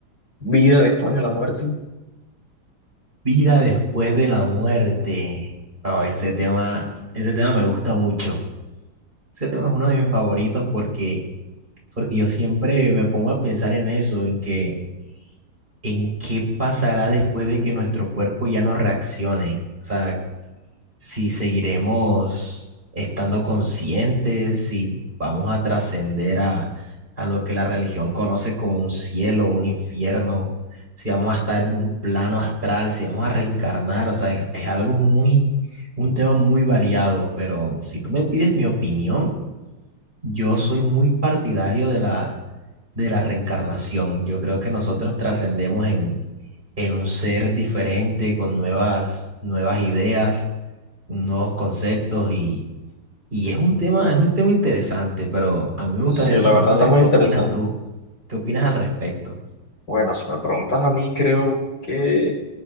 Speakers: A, on the left (about 60°); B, on the right (about 25°).
A: vida después de la muerte?
B: vida después de la muerte. Bro, ese tema, ese tema me gusta mucho. Ese tema es uno de mis favoritos porque, porque yo siempre me pongo a pensar en eso, en que ¿en qué pasará después de que nuestro cuerpo ya no reaccione? O sea, si seguiremos estando conscientes, si vamos a trascender a, a lo que la religión conoce como un cielo, un infierno, si vamos a estar en un plano astral, si vamos a reencarnar, o sea, es, es algo muy, un tema muy variado, pero si tú me pides mi opinión, yo soy muy partidario de la... de la reencarnación. Yo creo que nosotros trascendemos en, en un ser diferente, con nuevas, nuevas ideas, nuevos conceptos y, y es un tema, es un tema interesante, pero a mí me gustaría
A: Sí, la
B: también
A: verdad
B: saber
A: está muy
B: qué
A: interesante.
B: opinas tú, qué opinas al respecto.
A: Bueno, si me preguntas a mí, creo que